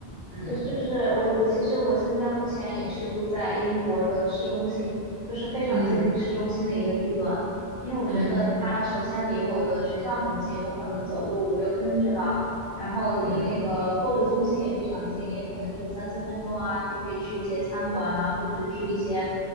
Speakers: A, on the right; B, on the left.
A: 嗯
B: 就就是我我其实我现在目前也是住在英国的市中心，就是非常接近市中心的一个地段。
A: 嗯
B: 因为我觉得它首先离我的学校很近，
A: 嗯
B: 我可能走路五六分钟就到，然后离那个购物中心也非常近，
A: 嗯，
B: 也可能就三四分钟啊，你就可以去一些餐馆啊，或者去一些